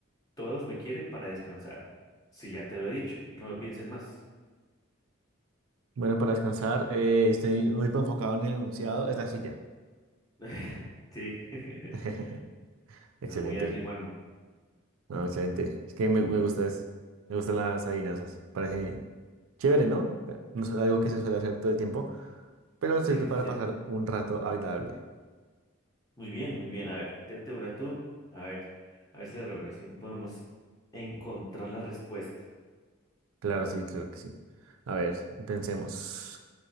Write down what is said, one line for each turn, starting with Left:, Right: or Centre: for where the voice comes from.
Left: todos me quieren para descansar. Si ya te lo he dicho, no lo pienses más.
Right: Bueno, para descansar, eh, estoy muy enfocado en el enunciado, es la silla.
Left: <laughs> Sí. <laughs>
Right: <laughs> Excelente.
Left: Estás muy ágil, Juan.
Right: No, excelente. Es que me, me gusta, es- me gustan las adivinanzas. Parece chévere, ¿no? Pero No es algo que se suele hacer todo el tiempo, pero sirve
Left: ¿Cierto?
Right: para pasar un rato agradable.
Left: Muy bien, muy bien. A ver, tírate una tú. A ver, a ver si la logro, a ver si podemos encontrar la respuesta.
Right: Claro, sí, claro que sí. A ver, pensemos.